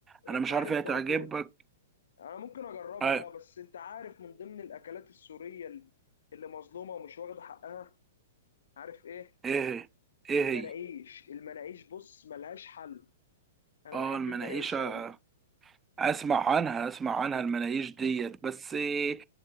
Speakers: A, on the left (about 65°); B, on the right (about 15°).
A: انت
B: أنا مش
A: عارف
B: عارف هي تعجبك
A: برضو انا ممكن اجربها
B: آه،
A: اه بس انت عارف من ضمن الاكلات السوريه ال- اللي مظلومه ومش واخده حقها عارف ايه
B: إيه هي؟ إيه
A: المناقيش
B: هي؟
A: المناقيش بص ملهاش حل انا
B: آه
A: بحب
B: المناقيشة
A: المناقيش قوي
B: اسمع عنها اسمع عنها المناقيش ديت بس إيه